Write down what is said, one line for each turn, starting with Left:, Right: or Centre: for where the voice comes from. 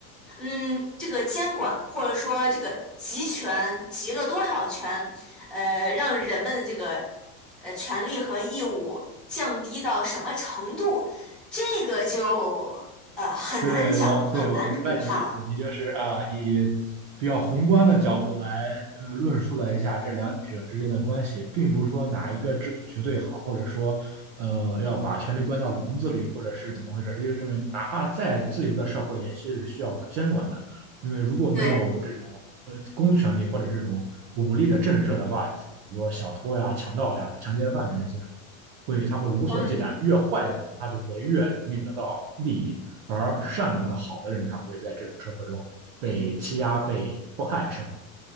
Centre: 嗯，这个监管或者说这个集权集了多少权，呃，让人们的这个呃权利和义务降低到什么程度，这个就呃很难讲，
Right: 对我，对我明白你的意思，
Centre: 很难评判了。
Right: 你就是啊，以比较宏观的角度来呃论述了一下这两者之间的关系，并不是说哪一个制度绝对好，或者说呃要把权力关到笼子里，或者是怎么回事儿，因为认为哪怕再自由的社会也是需要监管的，因为如果没有这种呃公权力或者这种武力的震慑的话，
Centre: 对，
Right: 就是比如说小偷呀、强盗呀、强奸犯呀这些。会他会无所忌惮，
Centre: 嗯。
Right: 越坏的人他就会越容易得到利益，反而善良的好的人他会在这种社会中被欺压、被迫害，是吗？